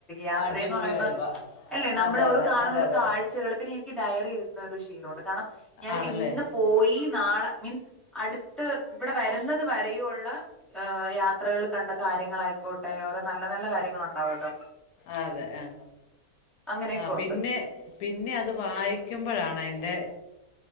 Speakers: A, in the centre; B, on the left.
A: യാത്രയെന്ന്‌
B: അടിപൊളി
A: പറയുമ്പോ
B: വൈബ
A: അല്ലേ നമ്മള്
B: അതെ
A: ഓരോ
B: അതെ
A: കാണുന്നൊരു
B: അതെ അതെ
A: കാഴ്ചകള് പിന്നെ എനിക്കി ഡയറി ഇടുന്നൊരു ശീലോണ്ട് കാണം ഞാനിപ്പോ
B: ആണല്ലേ
A: ഇന്ന് പോയി നാളെ മീൻസ് അടുത്ത് ഇവിടെ വരുന്നത് വരെയുള്ളഏഹ് യാത്രകളില് കണ്ട കാര്യങ്ങളായി കോ <unintelligible> നല്ല നല്ല കാര്യങ്ങള് ഉണ്ടാവുല്ലോ
B: അതെ ആ
A: അങ്ങനെയൊക്കെ
B: ആ
A: ഉണ്ട്
B: പിന്നെ പിന്നെ അത് വായിക്കുമ്പോഴാണ് അ തിന്റെ